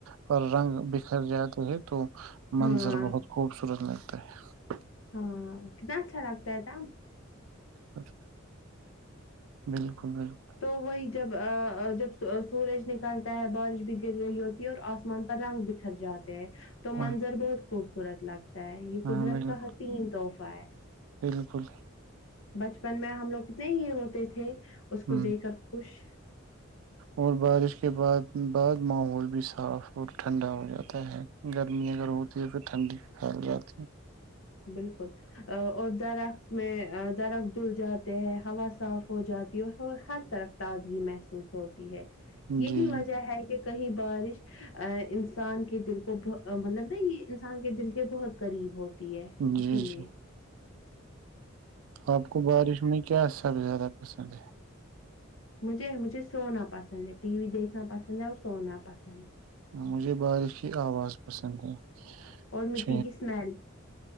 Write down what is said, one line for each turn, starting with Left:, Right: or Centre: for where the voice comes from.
Right: پر رنگ بکھر جاتے ہے تو منظر
Left: ہاں
Right: بہت خوبصورت لگتا ت <inaudible>
Left: ہاں کتنا اچھا لگتا ہے تھا
Right: اچا بالکل بالکل
Left: تو وہی جب جب سورج نکالتا ہے بارش بھی گر رہی ہوتی ہے اور آسمان پر رنگ بکھر جاتا تو منظر
Right: ہاں
Left: بہت خوبصورت لگتا ہے یہ
Right: ہاں
Left: قدرت
Right: بالکل
Left: کا حسین تحفہ فائے
Right: بالکل
Left: <inaudible> بچپن میں ہم لوگ کتنے ہی ہوتے تھے اس کو
Right: ہ
Left: دیکھ کر خوش
Right: اور بارش کے بعد بعد ماحول بھی صاف اور ٹھنڈا ہو جاتا ہے گرمی اگر ہوتی ہے پھر ٹھنڈی ہ گیا تھی
Left: بالکل ا اد ر میں درخت دھل جاتے ہے ہوا صاف ہو جاتی ہے اور ہر طرف تازگی محسوس ہوتی ہے یہی
Right: جی
Left: وجہ ہے کہ کہیں بھی بارش ا انسان کے دل کو مطلب نا یہ انسان کے دل کے بہت قریب ہو ہے
Right: جی
Left: اسی
Right: جی
Left: لیے
Right: آپ کو بارش میں کیا سب زیادہ پسند ہے
Left: مجھے مجھے سونا پسند ہے ٹی وی دیکھنا پسند ہے اور سونا پسند ہے
Right: مجھے بارش کی آواز پسند ہے
Left: اور مٹی
Right: جھ
Left: کی اسمیل